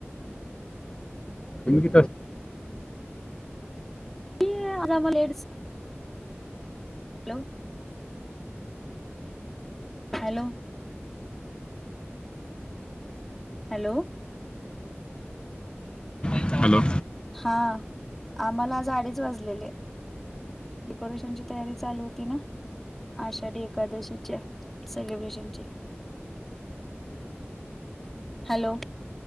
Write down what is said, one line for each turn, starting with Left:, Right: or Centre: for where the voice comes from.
Left: <inaudible> तुम्ही किती,
Centre: <unintelligible> हॅलो, हॅलो, हॅलो,
Left: हॅलो,
Centre: हा, आम्हाला आजडीच वाजलेले? डे <inaudible> कोरेशन ची तयारी चालू होती ना? आषाढी एकादशीच्या सेलिब्रेशनची. <inaudible> हॅलो,